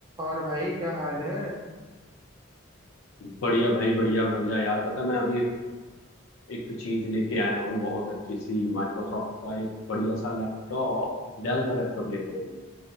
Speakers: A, on the right; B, on the left.
A: और भाई क्या हाल है
B: बढ़िया भाई बढ़िया बढ़िया यार पता है, मैं अभी एक चीज लेके आया हूँ बहुत अच्छी सी माइक्रोसॉफ्ट का एक बढ़िया सा लैपटॉप डेल का लैपटॉप लेके आया हूँ